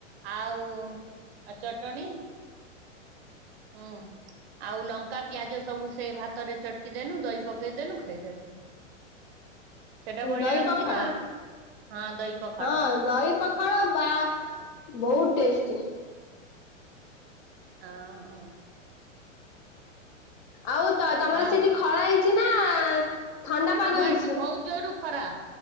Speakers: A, on the right (about 50°); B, on the left (about 35°).
A: ଆଉ ଅଚଟ୍। ଟଣି। ହୁଁ ଆଉ ଲଙ୍କା ପିଆଜ ସବୁ ସେ ଭାତରେ ଚଟକି ଦେଲୁ ଦହି ପକେଇଦେଲୁ ଖାଇଦେଲୁ। ସେଟା ବଢିଆ
B: ଦହି
A: ହେଉଛି
B: ପଖାଳ।
A: ନା। ହଁ ଦହି ପଖାଳ
B: ହଁ ଦହି ପଖାଳ ବା ବହୁତ ଟେଷ୍ଟି।
A: ହଁ ହଁ।
B: ଆଉ ତ ତମର
A: ଆ
B: ସେଠି ଖରା ହେଇଛି? ନା ଥଣ୍ଡା ପାଗ
A: ଆମ
B: ହେଇଛି?
A: ଏଠି ବହୁତ ଜୋରୁ ଖରା